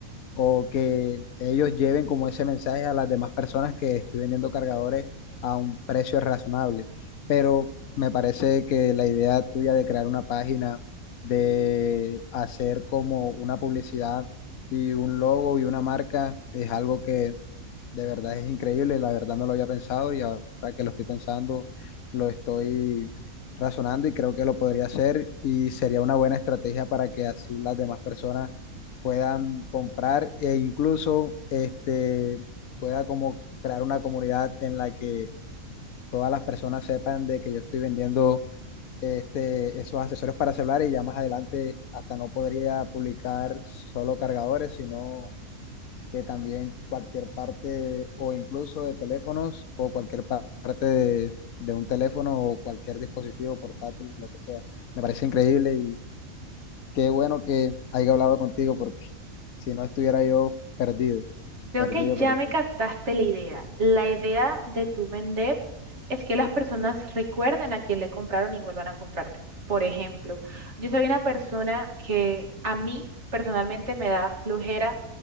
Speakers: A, on the left; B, on the right.
A: o que ellos lleven como ese mensaje a las demás personas que estoy vendiendo cargadores a un precio razonable. Pero me parece que la idea tuya de crear una página, de hacer como una publicidad y un logo y una marca es algo que de verdad es increíble, la verdad no lo había pensado y ahora que lo estoy pensando, lo estoy razonando y creo que lo podría hacer y sería una buena estrategia para que así las demás personas puedan comprar e incluso este, pueda como crear una comunidad en la que todas las personas sepan de que yo estoy vendiendo este, esos accesorios para celulares y ya más adelante hasta no podría publicar solo cargadores, sino que también cualquier parte o incluso de teléfonos o cualquier pa- parte de, de un teléfono o cualquier dispositivo portátil, lo que sea. Me parece increíble y qué bueno que haya hablado contigo porque si no estuviera yo perdido,
B: Creo
A: perdido,
B: que ya
A: perdido.
B: me captaste la idea. La idea de tu vender es que las personas recuerden a quién le compraron y vuelvan a comprarte. Por ejemplo, yo soy una persona que a mí personalmente me da flojera